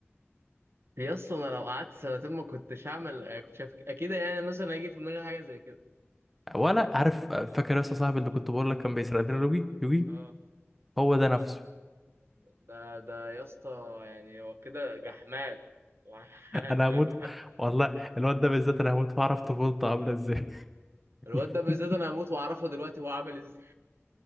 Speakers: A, on the right; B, in the centre.
A: يا اسطى انا لو قعدت سنتين ما كنتش هعمل آه، كنت شايف اكيد يعني مثلا هيجي في دماغي حاجه زي كده
B: ولا عارف فاكر يا اسطى صاحبي اللي كنت بقول لك كان بيسرق لنا يوجي يوجي
A: اه
B: هو ده نفسه
A: ده ده يا اسطى يعني هو كده جحمان <laughs>
B: <laughs>
A: فاهم؟
B: انا هموت والله الواد ده بالذات انا هموت واعرف طفولته عامله ازاي
A: الواد
B: <laughs>
A: ده بالذات انا هموت واعرفه دلوقتي هو عامل ازاي